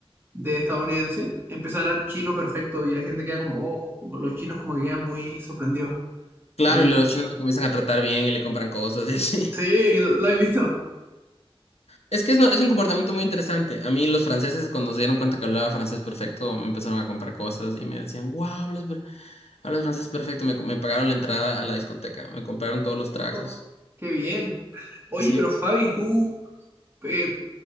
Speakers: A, on the right; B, on the left.
A: de estadounidense, empieza a hablar chino perfecto y la gente queda como, oh, como los chinos como que quedan muy sorprendidos.
B: Claro,
A: Eh,
B: y los chinos lo comienzan a tratar bien y le compran cosas y así.
A: sí, lo, lo he visto.
B: Es que es, no- es un comportamiento muy interesante. A mí los franceses, cuando se dieron cuenta que hablaba francés perfecto, me empezaron a comprar cosas y me decían, wow, hablas, per- hablas francés perfecto. Me, me pagaron la entrada a la discoteca, me compraron todos los
A: Oh,
B: tragos.
A: qué bien. Oye,
B: Sí,
A: pero Fabi, tú, eh,